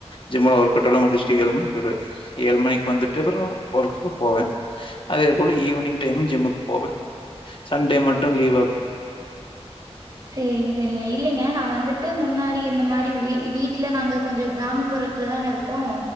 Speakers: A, on the left; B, on the right.
A: ஜிம்ல ஒர்க் கவுட்டால முடிச்சுட்டு ஏழு மணிக்கு வரு ஏழு மணிக்கு வந்துட்டப்புறோ ஒர்க் போவே அதே போல ஈவினிங் டைம் ஜிம்முக்கு போவே சண்டே மட்டு லீவ் ஆகு
B: சேரிங்க சேரிங்க இல்லலைங்க நா வந்துட்டு முன்னாடி இந்த மாதிரி வீட்டுல நாங்க கொஞ்ச கிரா கிராமபுரத்துலதான இருக்கோ